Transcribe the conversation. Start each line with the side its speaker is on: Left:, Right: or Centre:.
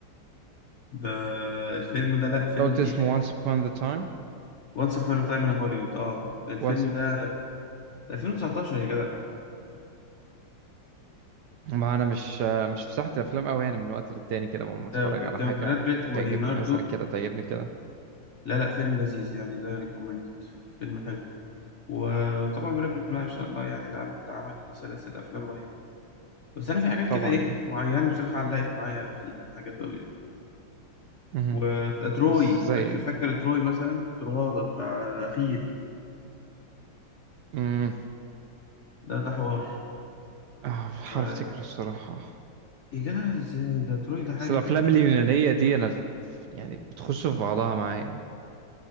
Left: <laughs> ده الفيلم ده لا
Right: أنت
Left: فيلم
Right: قلت
Left: تقيل
Right: اسمه Once Upon the Time
Left: وانس أبون تايم إن هوليوود أه الفيلم
Right: Once
Left: ده 2019 يا جدع
Right: ما انا مش مش في ساحة الافلام قوي يعني من وقت للتاني كده لما اتفرج
Left: ده ب-
Right: على
Left: كان
Right: حاجة
Left: براد بيت وليوناردو
Right: تعجبني مثلا كده تعجبني كده
Left: لا لا فيلم لذيذ يعني ده ريكومندد فيلم حلو و- وطبعا براد بيت ما شاء الله يعني ده عمل عمل سلاسل أفلام رهيبة بس انا في حاجات
Right: طبعا
Left: كده ايه
Right: يعني
Left: معينه بصراحه علقت معايا في من حاجات قوي
Right: مهم.
Left: وتروي
Right: زي
Left: فاكر فاكر تروي مثلا ترواده بتاع اخيل
Right: امم
Left: ده ده حوار
Right: آه، مش
Left: و...
Right: عارف افتكر الصراحة
Left: يا جدع ازاي ده تروي ده حاجه
Right: بس الافلام
Left: كده
Right: اليونانية دي انا يعني بتخش في بعضها معايا